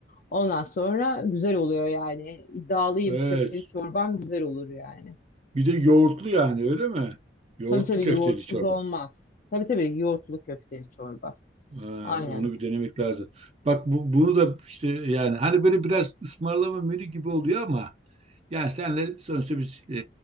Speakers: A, on the left (about 45°); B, on the right (about 35°).
A: Ondan sonra güzel oluyor yani. İddialıyım
B: evet.
A: köfteli çorbam güzel olur yani.
B: Bir de yoğurtlu yani öyle mi? Yoğurtlu
A: Tabii tabii
B: köfteli
A: yoğurtsuz
B: çorba.
A: olmaz. Tabii tabii yoğurtlu köfteli çorba.
B: Ha,
A: Aynen.
B: onu bir denemek lazım. Bak bu, bunu da işte yani hani böyle biraz ısmarlama menü gibi oluyor ama Yani senle sonuçta biz e,